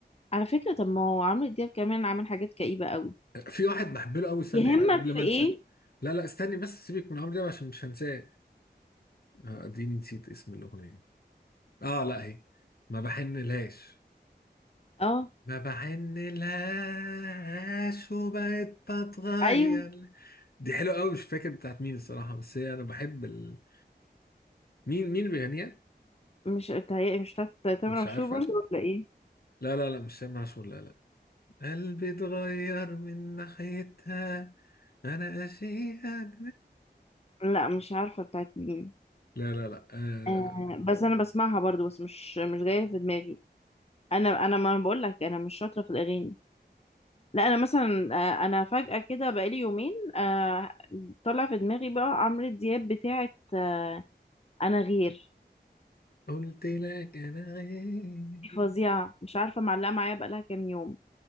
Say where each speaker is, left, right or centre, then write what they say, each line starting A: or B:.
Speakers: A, on the left; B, on the left.
A: فكرة طب ما هو عمرو دياب كمان عامل حاجات كئيبة قوي
B: في واحد بحب له قوي استني
A: يهمك
B: قبل
A: في
B: ما
A: ايه
B: انسى لا لا استني بس سيبك من عمرو دياب عشان مش هنساه آه، اديني نسيت اسم الاغنية اه لا هي ما بحنلهاش
A: اه
B: ما بحنلهاش وبقيت بتغير
A: ايوه
B: دي حلوة قوي مش فاكر بتاعت مين الصراحة بس هي انا بحب ال... مين مين اللي بيغنيها
A: مش بتهيألي مش بتاعت تامر
B: مش
A: عاشور
B: عارفة
A: برضه ولا ايه
B: لا لا لا مش سامع عاشور لا لا قلبي اتغير من ناحيتها انا اشيها
A: لا مش عارفة بتاعت مين
B: لا لا لا آه...
A: آه بس انا بسمعها برضه بس مش مش جاية في دماغي انا انا ما بقول لك انا مش شاطرة في الاغاني لا انا مثلا آه انا فجأة كده بقالي يومين آه طلع في دماغي بقى عمرو دياب بتاعت آه انا غير
B: قلت لك انا غير
A: دي فظيعة مش عارفة معلقة معايا بقالها كام يوم